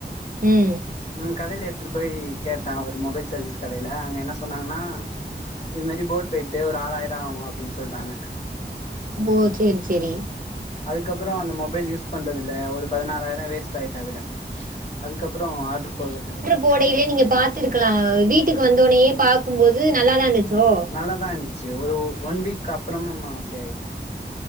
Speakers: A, on the right; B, on the left.
A: ம்
B: அங்க கடையில எடுத்துட்டு போய் கேட்டா ஒரு மொபைல் சர்வீஸ் கடையில அங்க என்ன சொன்னாங்கனா இதுமேரி போர்ட் போயிட்டு ஒரு ஆறாயிர ஆவு அப்டின்னு சொல்ட்டாங்க
A: ஓ சேரி சேரி
B: அதுக்கப்பறோ அந்த மொபைல் யூஸ் பண்றது இல்ல ஒரு பதினாறாயிர வேஸ்ட் ஆயிட்டு அதுல அதுக்கப்பறோ ஆர்டர் போட்றது இல்ல
A: போடயிலயே நீங்க பாத்துருக்கலா வீட்டுக்கு வந்தோனயே பாக்கும்போது நல்லாதா இருந்துச்சோ
B: நல்லாதா இருந்துச்சு ஒரு ஒன் வீக் அப்புறமுமா அப்டி ஆயிட்டு